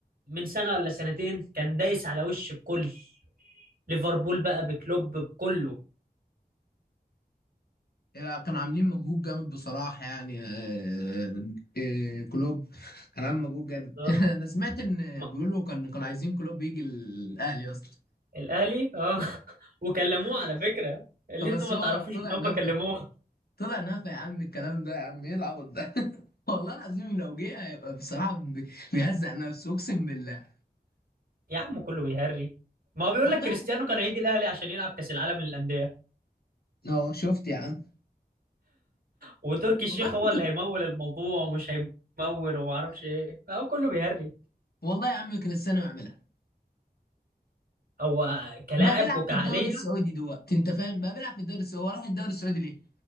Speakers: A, on the right; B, on the left.
A: من سنة ولا سنتين كان دايس على وش الكل ليفربول بقى بكلوب بكله
B: يعني كانوا عاملين مجهود جامد بصراحه يعني آه، آه، آه، كلوب كان عامل مجهود جامد
A: اه
B: <laughs> انا سمعت ان
A: ما-
B: بيقولوا كان كانوا عايزين كلوب يجي الاهلي اصلا
A: الاهلي اه <laughs> وكلموه على فكرة اللي
B: فبس
A: انتوا ما
B: هو
A: تعرفوش
B: طلع
A: ان هم
B: نفى
A: كلموه
B: طلع نفى يا عم الكلام ده يا عم ايه العبط ده <laughs> والله العظيم لو جه هيبقى بصراحة بي- بيهزق نفسه اقسم بالله
A: يا عم كله بيهري ما هو بيقول
B: والله
A: لك كريستيانو كان هيجي الاهلي عشان يلعب كاس العالم للانديه
B: اه شفت يا عم
A: وتركي الشيخ
B: والله
A: هو
B: ممكن
A: اللي هيمول الموضوع ومش هيمول وما اعرفش ايه هو كله بيهري
B: والله يا عم كريستيانو يعملها
A: هو كلاعب
B: بقى بيلعب
A: وكعقليه
B: في الدوري السعودي دلوقتي انت فاهم بقى بيلعب في الدوري السعودي هو راح الدوري السعودي ليه